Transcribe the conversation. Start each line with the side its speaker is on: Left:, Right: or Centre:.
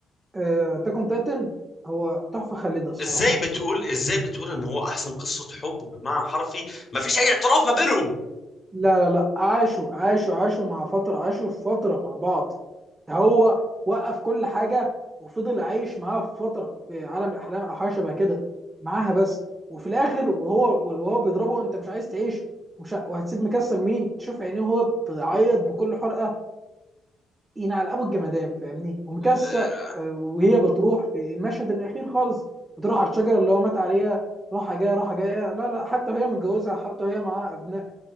Right: اتاك اون تايتن هو تحفة خالدة الصراحة
Left: ازاي بتقول ازاي بتقول ان هو احسن قصة حب وبمعنى حرفي ما فيش اي اعتراف ما بينهم
Right: لا لا لا عاشوا عاشوا عاشوا مع فترة عاشوا في فترة مع بعض هو وقف كل حاجه وفضل عايش معاها في فتره في عالم الاحلام او حاجه شبه كده معاها بس وفي الاخر وهو وهو بيضربه انت مش عايز تعيش ومش ه- وهتسيب مكسل مين تشوف عينيه وهو بيعيط بكل حرقه ينعل ابو الجمدان فاهمني ومكسل
Left: آه،
Right: آه، وهي بتروح في المشهد الاخير خالص بتروح على الشجره اللي هو مات عليها راحه جايه راحه جايه لا لا حتى وهي متجوزه حتى وهي معاها ابناء